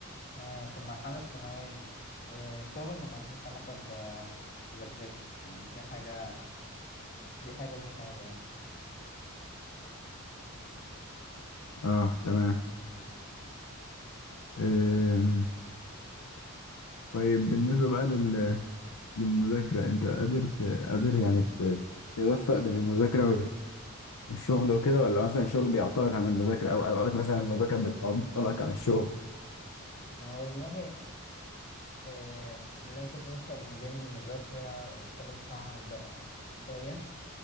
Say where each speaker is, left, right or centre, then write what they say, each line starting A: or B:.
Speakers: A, on the left (about 45°); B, on the left (about 80°).
A: آه في المرحلة الثانوية وشغل ملهوش علاقة بمذاكرتي يعني دي حاجة دي حاجة ودي حاجة يعني.
B: اه تمام أم. طيب بالنسبة بقى لل... للمذاكرة انت قادر ت... قادر يعني ت... توفق بين المذاكرة وال... والشغل وكده ولا مثلا الشغل بيعطلك عن المذاكرة او اوقات مثلا المذاكرة بتعطلك عن الشغل
A: والله آه، اللي انت توفق ما بين المذاكرة والشغل صعب آه، شوية